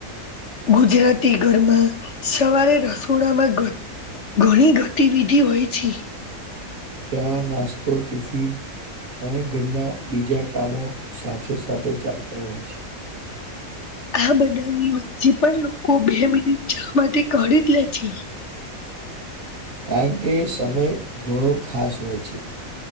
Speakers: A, on the left; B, on the right.
A: ગુજરાતી ઘરમાં સવારે રસોડામાં ઘણી ગતિવિધિ હોય છે.
B: ચા, નાસ્તો, ટિફિન અને ઘરના બીજા કામો સાથે સાથે ચાલતા હોય છે.
A: આ બધાની વચ્ચે પણ લોકો બે મિનિટ ચા માટે કાઢી જ લે છે.
B: કારણ કે સમય ઘણો ખાસ હોય છે.